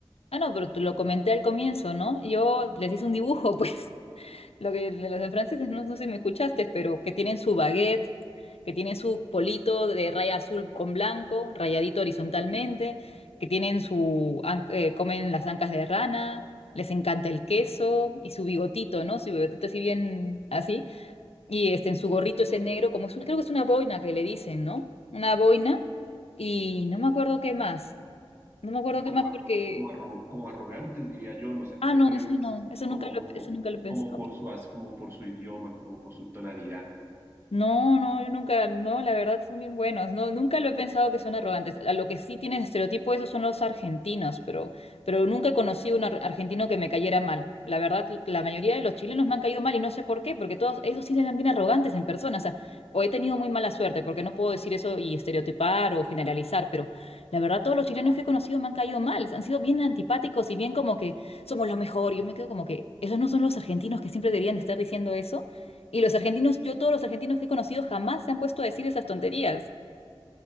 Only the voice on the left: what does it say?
Ah, no, pero te lo comenté al comienzo, ¿no? Yo les hice un dibujo, <laughs> pues. Lo que de los en franceses, no, no sé si me escuchaste, pero que tienen su baguette, que tienen su polito de raya azul con blanco, rayadito horizontalmente, que tienen su, an- eh, comen las ancas de rana, les encanta el queso y su bigotito, ¿no? Su bigotito así bien así. Y este, en su gorrito ese negro, como es un- creo que es una boina que le dicen, ¿no? Una boina. Y no me acuerdo qué más. No me acuerdo
qué más
porque...
Ah,
no,
eso no, eso nunca
lo,
eso nunca lo he pensado.
No, no, yo nunca, no, la verdad son bien buenos. No, nunca lo he pensado que son arrogantes. A Lo que sí tienen estereotipo esos son los argentinos, pero, pero nunca conocí un ar- argentino que me cayera mal. La verdad, la mayoría de los chilenos me han caído mal y no sé por qué, porque todos esos sí eran bien arrogantes en persona. O sea, o he tenido muy mala suerte, porque no puedo decir eso y estereotipar o generalizar, pero la verdad todos los chilenos que he conocido me han caído mal. Han sido bien antipáticos y bien como que somos lo mejor. Yo me quedo como que esos no son los argentinos que siempre deberían estar diciendo eso. Y los argentinos, yo todos los argentinos que he conocido jamás se han puesto a decir esas tonterías.